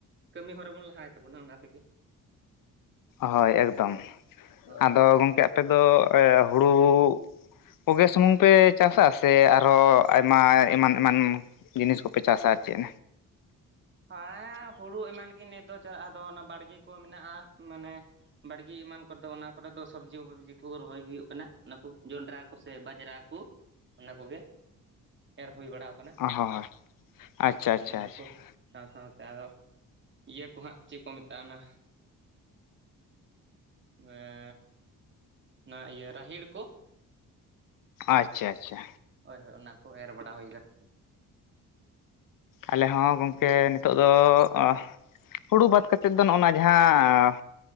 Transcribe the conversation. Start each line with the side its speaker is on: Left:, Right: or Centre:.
Right: ᱠᱟᱹᱢᱤ ᱦᱚᱨᱟ ᱵᱚᱱ ᱞᱟᱦᱟᱭ ᱛᱟᱵᱚᱱᱟ ᱚᱱᱟ ᱛᱮᱜᱮ
Left: ᱦᱳᱭ ᱮᱠᱫᱚᱢ
Right: ᱦᱳᱭ
Left: ᱟᱫᱚ ᱜᱚᱝᱠᱮ ᱟᱯᱮᱫ ᱫᱚ ᱦᱩᱲᱩ ᱯᱚᱜᱮ ᱥᱩᱢᱩᱝ ᱯᱮ ᱪᱟᱥᱟ ᱥᱮ ᱟᱨᱦᱚᱸ ᱟᱭᱢᱟ ᱮᱢᱟᱱ ᱮᱢᱟᱱ? ᱡᱤᱱᱤᱥ ᱠᱚᱯᱮ ᱪᱟᱥᱟ ᱟᱨ ᱪᱮᱫ
Right: ᱦᱮᱸ ᱦᱩᱲᱩ ᱮᱢᱟᱱ ᱜᱮ ᱱᱤᱛ ᱫᱚ ᱪᱟᱞᱟᱜ ᱟᱫᱚ ᱚᱱᱟ ᱵᱟᱲᱜᱮ ᱠᱚ ᱢᱮᱱᱟᱜᱼᱟ ᱢᱟᱱᱮ ᱵᱟᱲᱜᱮ ᱮᱢᱟᱱ ᱠᱚᱨᱮ ᱫᱚ ᱚᱱᱟ ᱠᱚᱨᱮ ᱫᱚ ᱥᱚᱵᱡᱤ ᱯᱚᱵᱡᱤ ᱠᱚ ᱨᱚᱦᱚᱭ ᱦᱩᱭᱩᱜ ᱠᱟᱱᱟ ᱚᱱᱟ ᱠᱚ ᱡᱚᱱᱰᱨᱟ ᱠᱚᱥᱮ ᱵᱟᱡᱽᱨᱟ ᱠᱚ ᱚᱱᱟ ᱠᱚᱜᱮ ᱮᱨ ᱦᱩᱭ ᱵᱟᱲᱟᱣ ᱠᱟᱱᱟ
Left: ᱚ ᱦᱚᱸ ᱟᱪᱪᱷᱟ ᱟᱪᱪᱷᱟ
Right: ᱚᱱᱟ
Left: ᱟᱪᱪᱷᱟ
Right: ᱠᱚ ᱥᱟᱶ ᱥᱟᱶᱛᱮ ᱟᱨᱫᱚ ᱤᱭᱟᱹ ᱠᱚ ᱦᱟᱸᱜ ᱪᱮᱫ ᱠᱚ ᱢᱮᱛᱟᱜᱼᱟ ᱚᱱᱟ ᱢᱮ ᱚᱱᱟ ᱤᱭᱟᱹ ᱨᱟᱦᱤᱲ ᱠᱚ,
Left: ᱟᱪᱪᱷᱟ ᱟᱪᱪᱷᱟ᱾
Right: ᱦᱳᱭ ᱦᱳᱭ, ᱚᱱᱟ ᱠᱚ ᱮᱨ ᱵᱟᱰᱟ ᱦᱳᱭ ᱠᱟᱱᱟ᱾
Left: ᱟᱞᱮ ᱦᱚᱸ ᱜᱚᱝᱠᱮ ᱱᱤᱛᱚᱜ ᱫᱚ
Right: ᱦᱳᱭ
Left: ᱟᱸᱦ, ᱦᱩᱲᱩ ᱵᱟᱫ ᱠᱟᱛᱮᱫ ᱫᱚ ᱱᱚᱜ ᱱᱚᱣᱟ ᱡᱟᱦᱟᱸ